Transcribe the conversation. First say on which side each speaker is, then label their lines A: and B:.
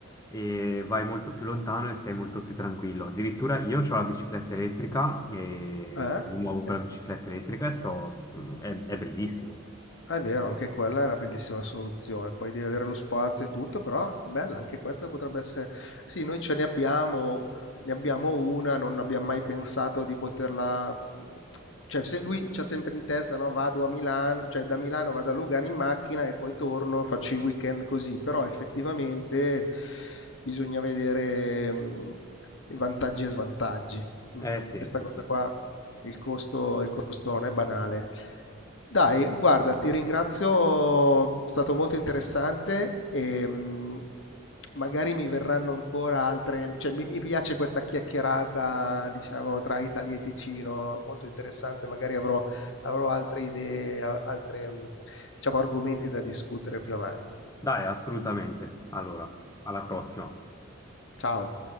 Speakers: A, on the left; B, on the left.
A: e vai molto più lontano e stai molto più tranquillo. Addirittura io ho la bicicletta elettrica e
B: Eh?
A: mi muovo con
B: Eh?
A: la bicicletta elettrica e sto... è, è bellissimo.
B: È vero, anche quella è una bellissima soluzione. Poi devi avere lo spazio e tutto, però bella, anche questa potrebbe essere. Sì, noi ce ne abbiamo, ne abbiamo una, non abbiamo mai pensato di poterla. Cioè, se lui c'ha sempre in testa, no? Vado a Milano, cioè da Milano vado a Lugano in macchina e poi torno, faccio i weekend così. Però effettivamente bisogna vedere mh, i vantaggi e svantaggi. Mm.
A: Eh sì,
B: Questa
A: sì,
B: cosa
A: sì.
B: qua, il costo, il costo non è banale. Dai, guarda, ti ringrazio, è stato molto interessante e mh, magari mi verranno ancora altre, cioè mi, mi piace questa chiacchierata, diciamo, tra Italia e Ticino, molto interessante, magari avrò, avrò altre idee, a- altre, mh, diciamo, argomenti da discutere più avanti.
A: Dai, assolutamente. Allora, alla prossima.
B: Ciao.